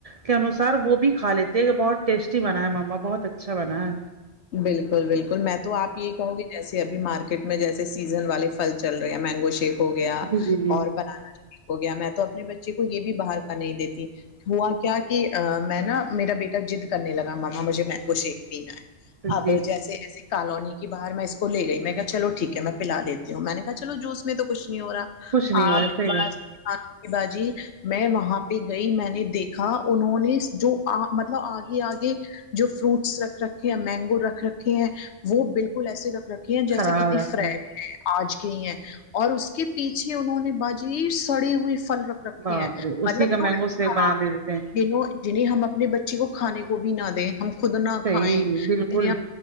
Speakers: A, on the right (about 50°); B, on the left (about 75°).
A: کے انوسار وہ بھی کھا لیتے ہیں بہت ٹیسٹی بنا ہے ماما بہت اچھا بنا ہے
B: بالکل بالکل میں تو آپ یہی کہوں گی جیسے ابھی مارکیٹ میں جیسے سیزن والے پھل چل رہے ہیں مینگو شیپ ہو گیا
A: جی جی جی
B: اور بنانا ٹھیک ہو گیا میں تو اپنے بچے کو یہ بھی باہر کا نہیں دیتی ہوا کیا کی میں نا میرا بیٹا جد کرنے لگا مما مجھے مینگو شیک پینا ہے
A: تو
B: اب
A: جی جی
B: جیسے ایسے کالونی کی باہر میں اس کو لے گئی میں کہ چو ٹھیک ہے میں پلا دیتی ہوں میں نے کہا چلو جوس میں تو کچھ نہیں ہو رہا
A: کچھ نہیں
B: آپ
A: ہو رہا صحیح
B: پاس
A: بات
B: آپ باجی میں وہاں پہ گئی میں نے دیکھا انہوں نے جو آ مطلب آگے آگے جو فروٹس رکھ رکھے ہیں مینگو رکھ رکھے ہیں وہ بالکل ایسے رکھ رکھے ہیں جیسے
A: خراب
B: کتنی
A: رکھے
B: فریش ہے آج گئی ہیں اور اس کے پیچھے انہوں نے باجی سڑے ہوئے پھل رکھ رکھے
A: باپ
B: ہیں
A: رے اسی
B: مطلب
A: کا
B: تھوڑے
A: مینگو شیک
B: خراب
A: بنا دے دیتے ہیں
B: جنہوں جنہیں ہم اپنے بچے کو کھانے کو بھی نہ دیں ہم خود نہ
A: صحیح
B: کھائیں
A: بالکل
B: جنہیں